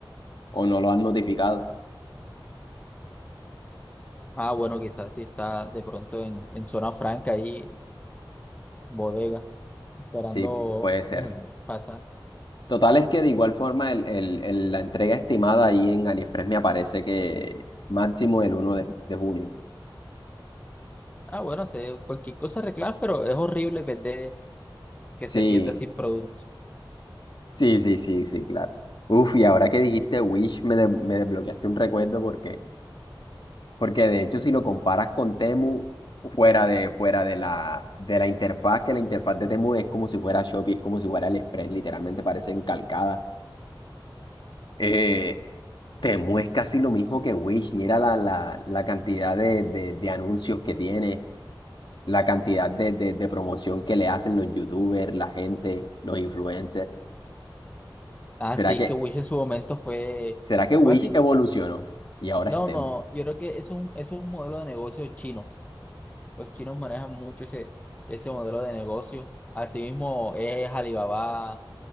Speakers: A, on the left; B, on the left.
A: o no lo han notificado.
B: Ah, bueno, quizás si está de pronto en, en zona franca ahí, bodega, esperando
A: Sí, puede ser.
B: <clears throat> pasar.
A: Total es que de igual forma el, el- el- la entrega estimada ahí en AliExpress me aparece que máximo el uno de, de junio.
B: Ah, bueno, sé, cualquier cosa reclamas, pero es horrible perder que
A: Sí,
B: se pierde así producto.
A: sí, sí, sí, sí, claro. Uf, y ahora que dijiste Wish, me, de- me desbloqueaste un recuerdo porque Porque de hecho, si lo comparas con Temu, fuera de, fuera de la, de la interfaz, que la interfaz de Temu es como si fuera Shopee, es como si fuera AliExpress, literalmente parecen calcadas. Eh, Temu es casi lo mismo que Wish. Mira la, la, la cantidad de, de, de anuncios que tiene, la cantidad de, de, de promoción que le hacen los YouTubers, la gente, los influencers.
B: Así
A: ¿Será que,
B: que Wish en su momento fue,
A: será que Wish
B: fue así.
A: evolucionó
B: pe-
A: y ahora
B: No,
A: es Temu?
B: no, yo creo que eso es un, eso es un modelo de negocio chino. Los chinos manejan mucho ese, ese modelo de negocio. Asimismo es Alibaba.